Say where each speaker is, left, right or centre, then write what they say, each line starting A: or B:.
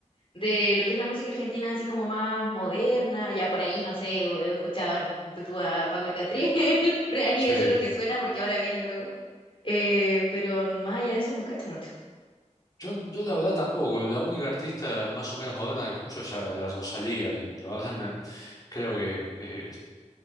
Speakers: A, on the left (about 45°); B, on the left (about 30°).
A: de lo que es la música argentina, así como más moderna, ya por ahí, no sé, o- he escuchado tú a Paco y Catriel, <laughs> por ahí
B: sí.
A: eso es lo que suena porque ahora viene luego. Eh, pero más allá de eso no cacho mucho.
B: Yo, yo la verdad tampoco, la única artista más o menos moderna que escucho es a la Rosalía y la verdad no- creo que eh, es-